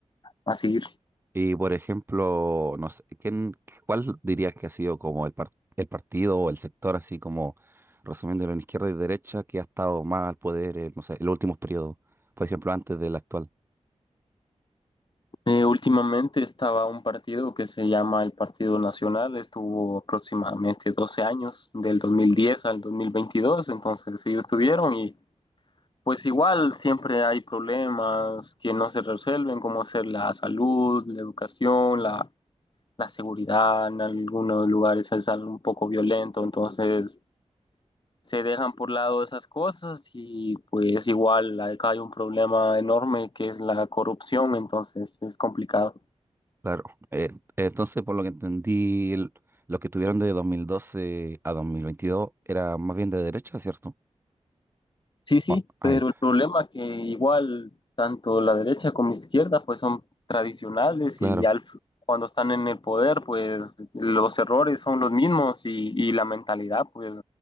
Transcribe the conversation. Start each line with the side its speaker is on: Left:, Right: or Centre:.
Left: a seguir.
Right: Y por ejemplo, no sé, ¿quién, cuál dirías que ha sido como el, par- el partido o el sector, así como resumiéndolo en izquierda y derecha, que ha estado más al poder, eh, no sé, en los últimos periodos, por ejemplo, antes del actual?
Left: Eh, últimamente estaba un partido que se llama el Partido Nacional, estuvo aproximadamente 12 años, del 2010 al 2022, entonces ellos estuvieron y pues igual siempre hay problemas que no se resuelven, como ser la salud, la educación, la, la seguridad, en algunos lugares es algo un poco violento, entonces se dejan por lado esas cosas y pues igual acá hay un problema enorme que es la corrupción, entonces es complicado.
Right: Claro. Eh, entonces, por lo que entendí, el- los que estuvieron de 2012 a 2022 era más bien de derecha, ¿cierto?
Left: Sí, sí,
Right: Ah, ah,
Left: pero
Right: ya.
Left: el problema que igual tanto la derecha como izquierda pues son tradicionales
Right: claro.
Left: y al- cuando están en el poder pues los errores son los mismos y, y la mentalidad pues